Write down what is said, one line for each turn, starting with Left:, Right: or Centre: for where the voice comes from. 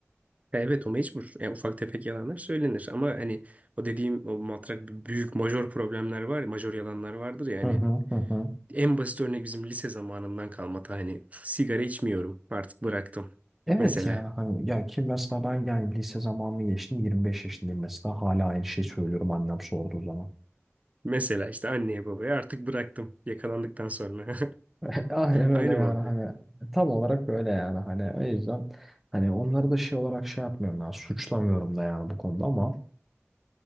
Right: Evet o mecbur. Yani ufak tefek yalanlar söylenir ama hani o dediğim o matrak büyük majör problemler var, ya, majör yalanlar vardır yani.
Centre: Hı hı hı hı.
Right: En basit örnek bizim lise zamanından kalma ta hani sigara içmiyorum artık bıraktım.
Centre: Evet
Right: Mesela
Centre: yani hani ya ki mesela ben yani lise zamanını geçtim 25 yaşındayım mesela hala aynı şeyi söylüyorum annem sorduğu zaman.
Right: mesela işte anneye babaya artık bıraktım yakalandıktan sonra.
Centre: <laughs> Aynen öyle
Right: <laughs> Aynı
Centre: yani
Right: muhabbet.
Centre: hani e, tam olarak öyle yani hani o yüzden hani onları da şey olarak şey yapmıyorum yani suçlamıyorum da yani bu konuda ama